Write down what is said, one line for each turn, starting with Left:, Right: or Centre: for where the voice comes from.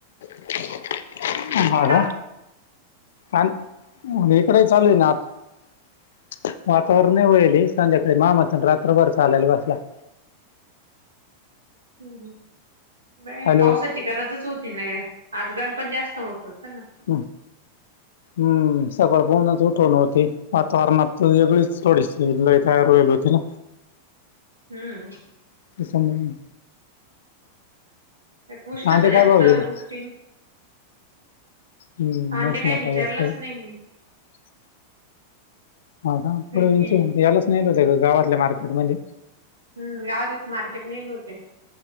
Left: ह का
Right: तिकडं
Left: <unintelligible> काल इकडेही चालू आहे. ना आता. वातावरण लई वयल हे संध्याकाळी माझ्या मताने रात्रभर चालायला बसला. <inaudible>
Right: ह् ह ब बई
Left: हॅलो
Right: पावसाची गरजच होती. ना ग आज गरम पण जास्त होत. ना
Left: हम् हम्म सबळ. म्हणून उठवून होती. वातावरणात व वेगळीच थोडीशी लय तयार होईल होती. ना.
Right: हम्म
Left: ते समजलं.
Right: त्यात उष्णता
Left: आते काय
Right: जास्त
Left: भाव
Right: उठकीन
Left: गेले हे? हम्म
Right: कांदे
Left: मोस
Right: काही
Left: नाथ
Right: विचारलंच
Left: जास्त <unintelligible>
Right: नाही मी
Left: हो का
Right: कारण
Left: पडवीन
Right: की
Left: यालाच नियल होते. ग गावातल्या मार्केट मध्ये.
Right: हम्म गावातलीच मार्केट इल होते.